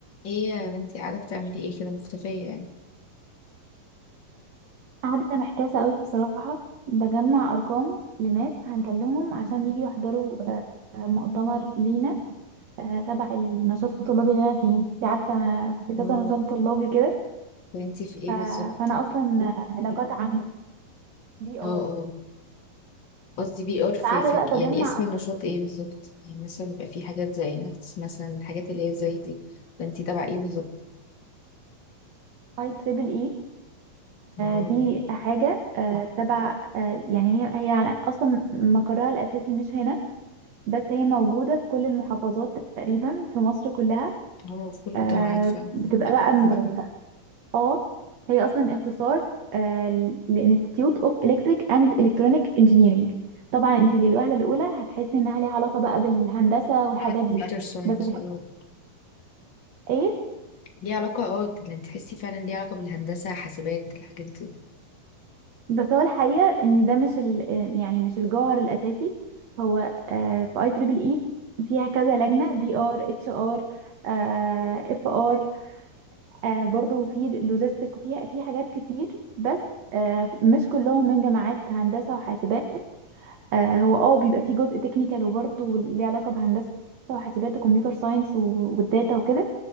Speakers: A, on the left (about 35°); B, on the right (about 50°).
A: ايه يا بنتي قاعدة بتعملي ايه كده مختفية يعني
B: قاعدة محتاسة قوي بصراحة بجمع أرقام لناس هنكلمهم عشان يجي يحضروا آه، مؤتمر لينا آه، تبع النشاط الطلابي اللي أنا فيه انت عارفة أنا في كذا
A: اه
B: نشاط طلابي كده
A: طب انتي في ايه
B: ف-
A: بالظبط
B: فأنا أصلا <laughs> آه، علاقات عامة بي آر
A: اه اه قصدي بي ار في,
B: قاعدة
A: في
B: بقى بجمع
A: يعني اسم النشاط ايه بالظبط يعني مثلا بيبقى في حاجات زي نكتس مثلا الحاجات اللي هي زي دي فانتي تبع ايه بالظبط
B: اي تريبل اي
A: اه
B: دي حاجة آه، تبع آه، يعني هي هي على- أصلا مقرها الأساسي مش هنا بس هي موجودة في كل المحافظات تقريبا في مصر كلها
A: اه في كل
B: آه،
A: الجامعات فعلا
B: بتبقى بقى اه هي اصلا اختصار لانستيتيوت اوف الكتريك اند الكترونيك انجينيرنج طبعا انت للوهله الاولى هتحسي انها ليها علاقه بقى بالهندسه والحاجات
A: كمبيوتر
B: دي
A: ساينس
B: بس في
A: اه
B: الحقيقه
A: ليه علاقة اه يعني تحسي فعلا ليه علاقة بالهندسة حاسبات الحاجات دي
B: بس هو الحقيقه ان ده مش ال... آه، يعني مش الجوهر الاساسي هو آه، في اي تريبل اي فيها كذا لجنه بي ار اتش ار آه، اف ار آه، برضو في لوجيستيك وفيها في حاجات كتير بس آه، مش كلهم من جامعات هندسه وحاسبات آه، هو اه بيبقى فيه جزء تكنيكال وبرضه ليه علاقة بهندسة وحاسبات وكمبيوتر ساينس والداتا وكده